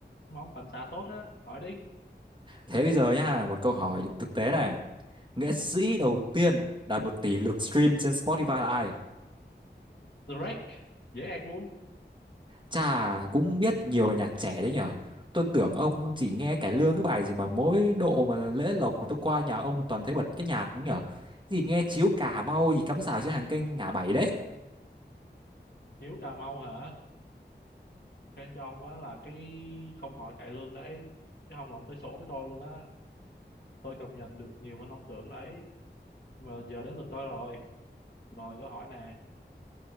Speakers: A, on the left (about 65°); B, on the right (about 25°).
A: mà ông phản xạ tốt á hỏi đi.
B: thế bây giờ nhá một câu hỏi thực tế này nghệ sĩ đầu tiên đạt một tỷ lượt stream trên Spotify là ai
A: Drake dễ ẹc luôn
B: Chà, cũng biết nhiều về nhạc trẻ đấy nhở. Tôi tưởng ông chỉ nghe cải lương cái bài gì mà mỗi độ mà lễ lộc mà tôi qua nhà ông toàn thấy bật cái nhạc ấy nhở. Gì nghe chiếu Cà Mau gì cắm rào trên hàng kênh ngã bảy đấy.
A: Hiếu Cà Mau hả? Khen cho ông á là cái không hỏi cải lương đấy chứ không là ông tới sổ với tôi luôn á tôi cập nhật được nhiều hơn ông tưởng đấy mà giờ đến lượt tôi rồi Rồi câu hỏi nè,